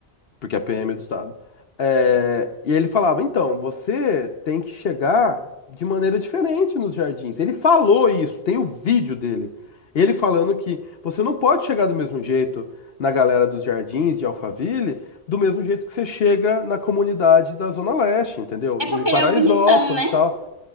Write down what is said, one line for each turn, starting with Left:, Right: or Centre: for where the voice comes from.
Left: porque a PM é do Estado. É, e ele falava, então, você tem que chegar de maneira diferente nos jardins. Ele falou isso, tem o vídeo dele. Ele falando que você não pode chegar do mesmo jeito na galera dos jardins de Alphaville, do mesmo jeito que você chega na comunidade da Zona Leste, entendeu?
Right: É porque
Left: Em Paraisópolis,
Right: ele é o bonitão, né?
Left: e tal.